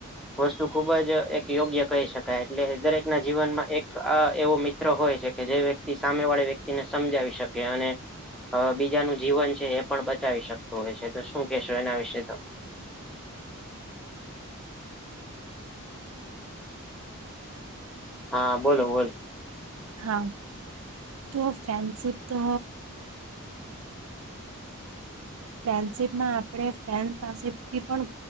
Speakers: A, in the centre; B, on the right.
A: વસ્તુ ખુબ જ એક યોગ્ય કહી શકાય એટલે દરેક ના જીવનમાં એક આ એવો મિત્ર હોય છે કે જે વ્યક્તિ સામે વાળી વ્યક્તિને સમજાવી શકે અને અ બીજાનું જીવન છે એ પણ બચાવી શકતો હોય છે તો શું કેહેશો એના વિશે તમે હા બોલો બોલો.
B: હા તો ફ્રેન્ડશિપ તો ફ્રેન્ડશીપમાં આપણે ફ્રેન્ડ પાસેથી પણ